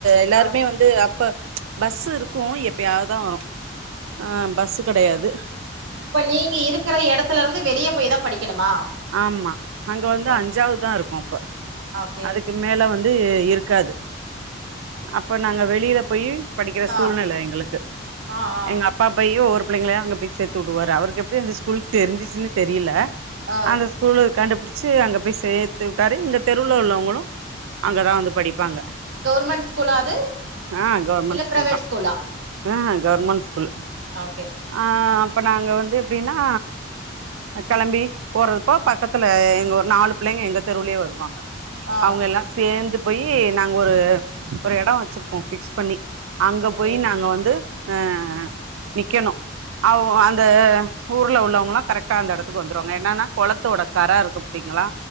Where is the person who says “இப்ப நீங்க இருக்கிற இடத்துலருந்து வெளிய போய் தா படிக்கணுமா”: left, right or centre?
Right